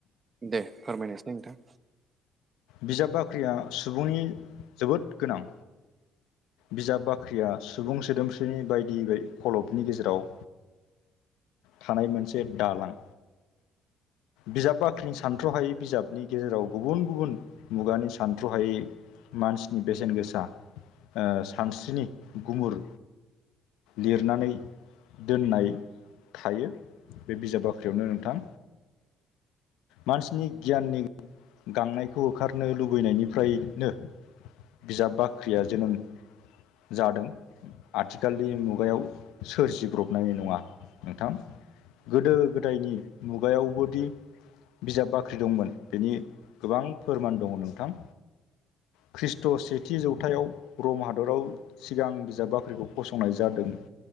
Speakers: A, on the right; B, on the left.
A: दे फोरमायनोसै नोंथां
B: बिजाब बाख्रिया सुबुंनि जोबोद गोनां बिजाब बाख्रिया सुबुं सोदोमस्रिनि बायदि बाय खलबनि गेजेराव थानाय मोनसे दालां बिजाब बाख्रिं सानथ्र'हायै बिजाबनि गेजेराव गुबुन गुबुन मुगानि सानथ्र'हायै मानसिनि बेसेन गोसा ओ सानस्रिनि गुमुर लिरनानै दोननाय थायो बे बिजाब बाख्रियावनो नोंथां मानसिनि गियाननि गांनायखौ होखारनो लुबैनायनिफ्रायनो बिजाब बाख्रिया जोनोम जादों आथिखालनि मुगायाव सोरजिब्रबनाय नङा नोंथां गोदो गोदायनि मुगायावबोदि बिजाब बाख्रि दंमोन बेनि गोबां फोरमान दङ नोंथां खृष्ट सेथि जौथायाव रम हादराव सिगां बिजाब बाख्रिखौ फसंनाय जादों